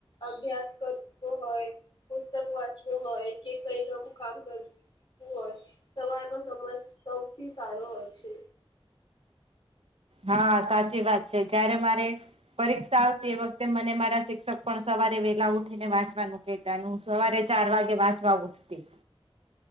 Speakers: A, on the left (about 55°); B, on the right (about 75°).
A: અભ્યાસ કરવો હોય પુસ્તક વાંચવું હોય કે કઈ નવું કામ કરું. શીખવું હોય સવારનો સમય સૌથી સારો હોય છે.
B: હા સાચી વાત છે જય્યારે મારે. પરીક્ષા આવતી એ વખતે મને મારા શિક્ષક પણ સવારે વેલા ઉઠી ને વાંચવાનું. પતાનું હ સવારે ચાર વાગે વાંચવા ઉઠતી.